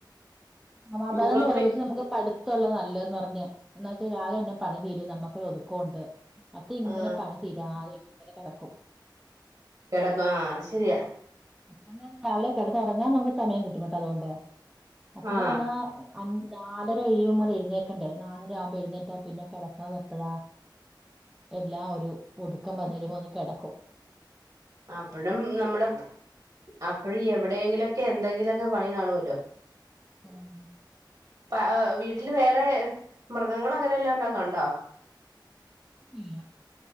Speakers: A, in the centre; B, on the right.
A: സമാധാനംന്ന്
B: യൂറോപ്യ
A: പറയാ പക്ഷെ നമുക്ക് പഠി ത്തോള്ളത് നല്ലന്ന് പറഞ്ഞ എന്നാ വെച്ചാ രാവിലെ തന്നെ പണി തീരും നമക്കൊരു ഒതുക്കോണ്ട് മറ്റേ ഇങ്ങനെ
B: ആ
A: പണി തീരാതെ ഇങ്ങനെ കിടക്കും
B: കിടക്കും ആ അത് ശരിയാ
A: നന്നായിട്ട് രാവിലെ കിടന്ന് ഉറങ്ങാ നമക്ക് സമയം കിട്ടു കേട്ടോ അതുകൊണ്ട് മറ്റന്ന്
B: ആ
A: പറഞ്ഞാ അഞ്ച് നാലര കഴിയുമ്പോ മുതല് എഴുന്നേക്കണ്ടേ നാലര ആവുമ്പോ എഴുന്നേറ്റാ പിന്നെ കിടക്കുന്നത് എപ്പഴാ എല്ലാ ഒരു ഒതുക്കം വന്നിരുമ്പോ ഒന്ന് കെടക്കും
B: അപ്പഴും നമ്മുടെ പ്പ് അപ്പഴും എവിടെയെങ്കിലു ഒക്കെ എന്തെങ്കിലും ഒക്കെ പണി കാണുമല്ലോ
A: ഉം
B: പ അ് വീട് വീട്ടില് വേറെ മൃഗങ്ങള് അങ്ങനെ വല്ലോക്കെ ഉണ്ടോക്കോണ്ടോ
A: ഇല്ല അങ്ങനൊന്നല്ല